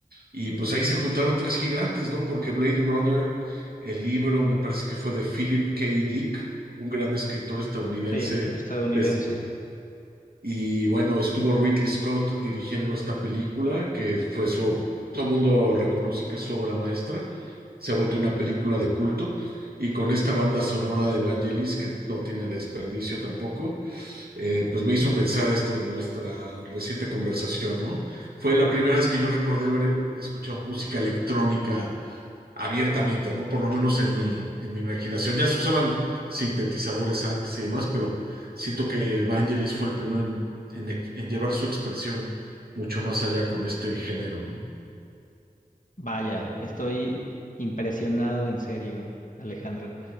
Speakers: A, on the right; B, on the left.
A: y pues ahí se juntaron tres gigantes, ¿no? Porque Blade Runner, el libro, me parece que fue de Philip K. Dick, un gran escritor estadounidense
B: Sí, estadounidense.
A: de, Y bueno, estuvo Ridley Scott dirigiendo esta película, que fue su, todo el mundo reconoce que es su obra maestra, se ha vuelto una película de culto, y con esta banda sonora de Vangelis, que no tiene desperdicio tampoco, eh, pues me hizo pensar este, en nuestra reciente conversación, ¿no? Fue la primera vez que yo recordé haber escuchado música electrónica abiertamente, ¿no? Por lo menos en mi, en mi imaginación. Ya se usaban sintetizadores antes y demás, pero siento que Vangelis fue el primero en, en ex- en llevar su expresión mucho más allá con este género, ¿no?
B: Vaya, estoy impresionado en serio, Alejandro.